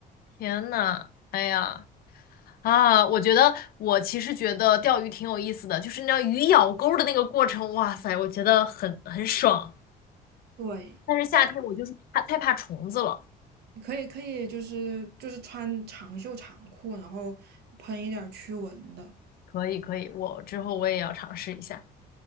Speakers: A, on the left (about 60°); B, on the right (about 70°).
A: 天呐，哎呀，啊，我觉得我其实觉得钓鱼挺有意思的，就是那鱼咬钩的那个过程，哇塞，我觉得很很爽。
B: 对。
A: 但是夏天我就是怕太怕虫子了。
B: 但。可以可以，就是就是穿长袖长裤，然后喷一点驱蚊的。
A: 可以可以，我之后我也要尝试一下。